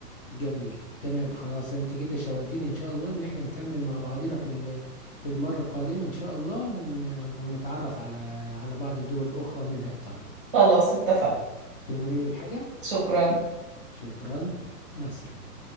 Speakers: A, on the left; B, on the right.
A: جميل تمام خلاص انت كده شوقتيني ان شاء الله ان احنا نكمل مع بعضنا في ال- في المرة القادمة ان شاء الله ون ونتعرف على على بعض الدول الاخرى ومنها ايطاليا
B: خلاص اتفقنا
A: يلا تؤمرني بحاجة
B: شكرا
A: شكرا مع السلامة